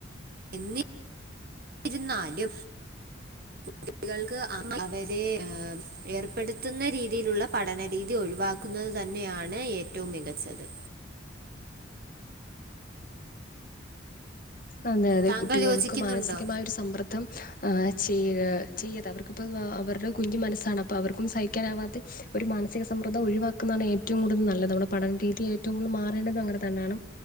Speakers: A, on the right; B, on the left.
A: എന്നീ ഇരുന്നാലും കുട്ടികൾക്ക് അവരെ ഏർപ്പെടുത്തുന്ന രീതിലുള്ള പഠനരീതി ഒഴിവാക്ക ക്കുന്നത് തന്നെയാണ് ഏറ്റവും മികച്ചത്.
B: അതെ അതെ
A: താങ്കൾ
B: കുട്ടികൾക്ക്
A: യോജിക്കുന്നുണ്ടോ
B: മാനസികമായൊരു സമ്മർ ദ്ധം ചെയ്യ് ചെയ്യാതെ അവർക്കിപ്പം അവരുടെ കുഞ്ഞി മനസ്സാണ് അപ്പം അവർക്കും സഹി ക്കാനാവാത്ത ഒരു മാനസിക സമ്മർദ്ദം ഒഴിവാക്കുന്നാണ് ഏറ്റവും കൂടുതൽ നല്ലത് നമ്മുടെ പഠനരീതിയെ. ഏറ്റവും കൂടുതൽ മാറേണ്ടതും അങ്ങനെ തന്നെയാണ്,